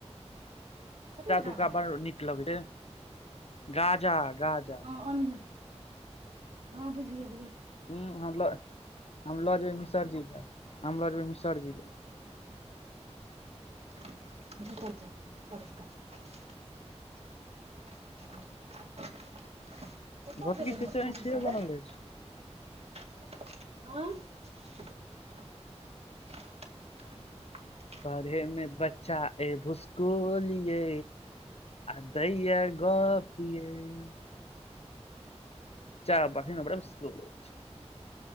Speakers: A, on the right; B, on the left.
A: कथी रहौ
B: तुका बड़ नीक लगैत छै गाजा गाजा
A: हँ ओनिहे हँ बुझि गेललिय
B: ह हम लऽ हम लऽ जेयबै मिसर जी ल हम लऽ जेबै मिसर जी ले
A: <unintelligible> कतअ गेलै हमर कॉपी
B: भौतकी चचा अइठिये बनल
A: सब
B: अछि
A: गै हँ <inaudible>
B: पढ़े मे बच्चा ए भूसकोलिये आ दैया गोप यैय <unintelligible>